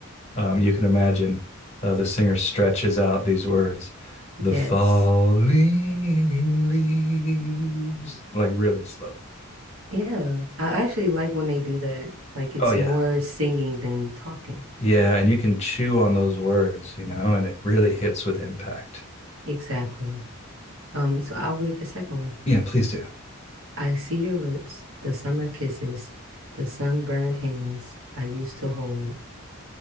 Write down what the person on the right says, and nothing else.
yes.
Yeah. I actually like when they do that. Like it's
more singing than talking.
Exactly. Um. So I'll read the second one.
I see your lips, the summer kisses, the sunburned hands I used to hold.